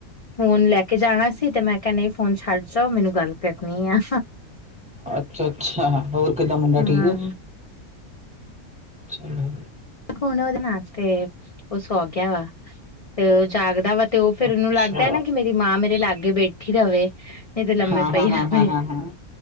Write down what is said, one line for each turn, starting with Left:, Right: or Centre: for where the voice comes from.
Left: ਫੋਨ ਲੈ ਕੇ ਜਾਣਾ ਸੀ ਤੇ ਮੈਂ ਕਿਆ ਨਈ ਫੋਨ ਛੱਡ ਜਾਓ ਮੈਨੂੰ ਗੱਲ ਕਰਨੀ ਆ।
Centre: ਅੱਛਾ-ਅੱਛਾ ਹੋਰ ਕਿੱਦਾਂ ਮੁੰਡਾ
Left: ਹਾਂ
Centre: ਠੀਕ ਏ। ਚਲੋ।
Left: ਹੁਣ ਉਹਦੇ ਨਾਲ ਤੇ ਓ ਸੌ ਗਿਆ ਵਾ ਤੇ ਉਹ ਜਾਗਦਾ ਵਾ ਤੇ ਉਹ ਫਿਰ ਉਹਨੂੰ
Centre: ਅੱਛਾ
Left: ਲੱਗਦਾ ਨਾ ਮੇਰੀ ਮਾਂ ਮੇਰੇ ਲਾਗੇ ਬੈਠੀ ਰਵੇ। ਤੇ ਲੰਮੇ
Centre: ਹਾਂ-ਹਾਂ-ਹਾਂ-ਹਾਂ-ਹਾਂ-ਹਾਂ
Left: ਪਈ ਰਵੇ